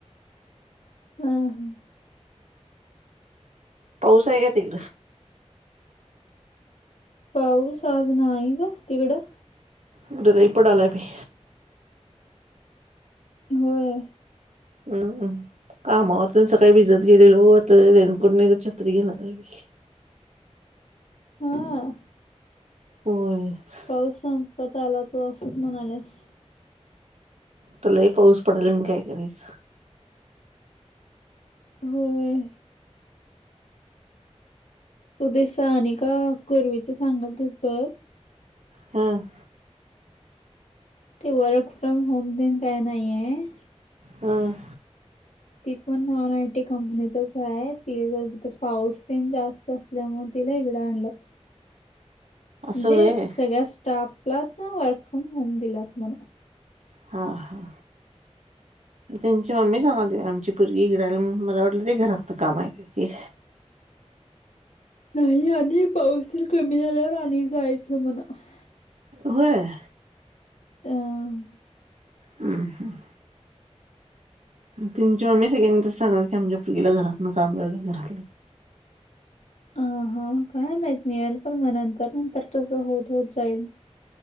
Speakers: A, on the left (about 85°); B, on the right (about 85°).
A: हम हम
B: पाऊस हाय काय तिकडं?
A: पाऊस आज न्हाई गं, तिकडं?
B: इकड लय पडालाय बाई
A: होय.
B: हम्म हम्म कामावर तर सकाळी भिजत गेलेलो तर रेनकोट नाही तर छत्री घेणार हाय बाई
A: हम
B: होय. आता
A: पाऊस संपत आला तु असंच म्हणाल्यास
B: हित लई पाऊस पडालाय आणि काय करायचं.
A: होय. तू ते सानिका कोरवीचं सांगालतीस बघ
B: हम
A: ते र्वक फ्रॉम होम तेन काय नाही आहे
B: हम
A: ती पण ऑन आय टी कंपनीतच हाय तीथ पाऊस तेन जरास असल्यामुळं तिला इकडं आणल्यात
B: असं
A: म्हणजे
B: व्हय
A: सगळ्या स्टापलाच वर्क फ्रॉम होम दिल्यात म्हण
B: हा हा. त्यांची मम्मी सांगालती आमची पूरगी इकड आल्या म्हणून मला वाटलं ते घरात काम हाय काय की
A: नाही आणि पाऊसतेन कमी झाल्यावर आणि जायचं म्हणं आता
B: होय?
A: अ म.
B: हम्म हम. आणि तेंची मम्मी सगळ्यांना तस सांगाल्या की आमच्या पुरगीला घरातनं काम लागले घरातलं
A: आ हा काय माहीत मि याल पण म नंतर नंतर तसं होत होत जाईल